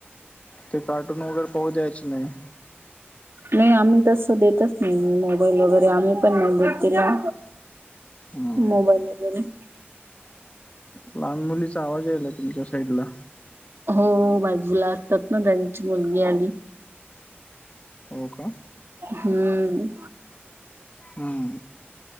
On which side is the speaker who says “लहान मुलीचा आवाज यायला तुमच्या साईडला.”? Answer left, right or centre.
Left